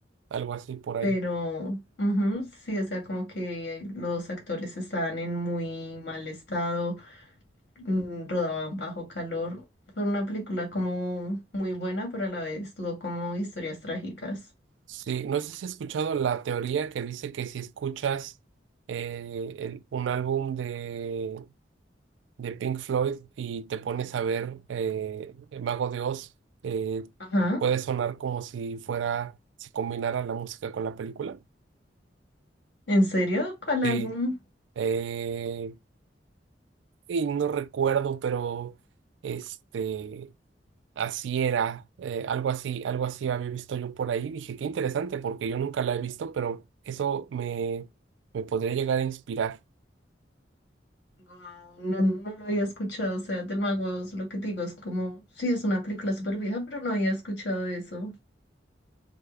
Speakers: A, on the right; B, on the left.
A: algo así por
B: Pero
A: ahí.
B: ujú, sí, o sea, como que los actores estaban en muy mal estado, mm, rodaban bajo calor. Fue una película como muy buena, pero a la vez tuvo como historias trágicas.
A: Sí, no sé si has escuchado la teoría que dice que si escuchas eh, el- un álbum de, de Pink Floyd y te pones a ver eh, el Mago de Oz, eh,
B: Ajá.
A: puede sonar como si fuera, si combinara la música con la película.
B: ¿En serio? ¿Cuál
A: Sí,
B: álbum?
A: eh, y no recuerdo, pero este, Así era, eh, algo así, algo así había visto yo por ahí. Dije, qué interesante, porque yo nunca la he visto, pero eso me, me podría llegar a inspirar.
B: Guau, No, no lo había escuchado, o sea, del Mago de Oz, lo que te digo es como, sí, es una película súper vieja, pero no había escuchado eso.